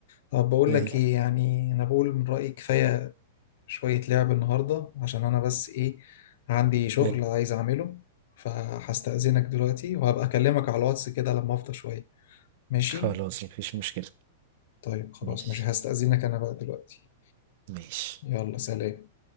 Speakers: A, on the left; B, on the right.
A: طب بقول
B: اهي
A: لك ايه يعني انا بقول من رأيي كفاية شوية لعب النهاردة عشان انا بس ايه عندي شغل
B: أهي.
A: عايز اعمله فهستأذنك دلوقتي وهبقى اكلمك على الواتس كده لما افضى شوية ماشي
B: خلاص مفيش مشكله
A: طيب خلاص
B: ماشي
A: مش هستأذنك انا بقى دلوقتي
B: ماشي
A: يلا سلام